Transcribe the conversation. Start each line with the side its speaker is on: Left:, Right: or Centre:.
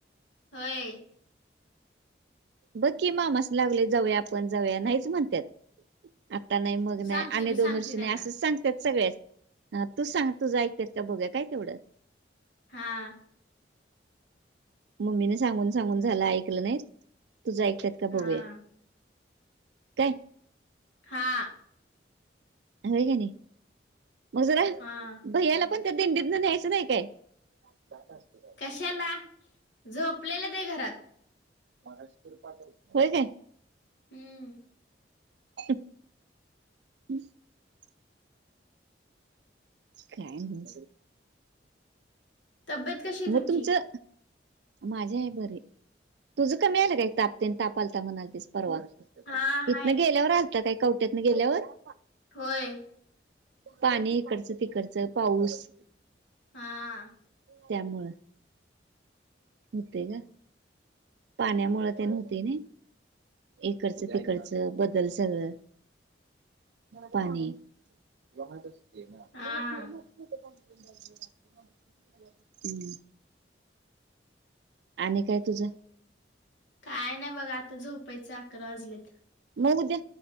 Left: होय.
Right: बघकी मामास लागले जाऊया आपण जाऊया नाहीच म्हणतात. आता नाही मग
Left: सांगते
Right: नाही आणि
Left: मी
Right: दोन
Left: सांगते
Right: वर्षी
Left: त्यांना
Right: नाही असंच सांगतात सगळ्याच हा तू सांग तुझं ऐकत का बघूया काय तेवढं.
Left: हा
Right: मम्मीने सांगून सांगून झालं ऐकलं नाही तुझं ऐकतात का
Left: हा
Right: बघूया. काय?
Left: हां.
Right: हो का नाही मधुरा
Left: हा
Right: भैयाला पण त्या दिंडीतन न्यायचं नाही का. चार तारखेला.
Left: कशाला झोपलेलं ते घरात.
Right: हो काय.
Left: हम्म
Right: <inaudible> काय नाही.
Left: तब्येत कशी आहे
Right: म
Left: तुमची
Right: तुमचं माझी आहे बरी, तुझ कमी आलं काय तापतेन ताप आलता म्हणालातीस परवा?
Left: हा
Right: इथन
Left: हाय
Right: गेल्यावर आलता काय कवट्यातन गेल्यावर?
Left: होय.
Right: पाणी इकडचं तिकडचं पाऊस.
Left: हा.
Right: त्यामुळं. होते का पाण्यामुळ त्या नव्हतं नी. इकडचं तिकडचं बदल सदल पाणी <inaudible>
Left: हा
Right: आणि काय तुझं?
Left: काय नाही बघा आता झोपायच अकरा वाजलेत.
Right: म उद्या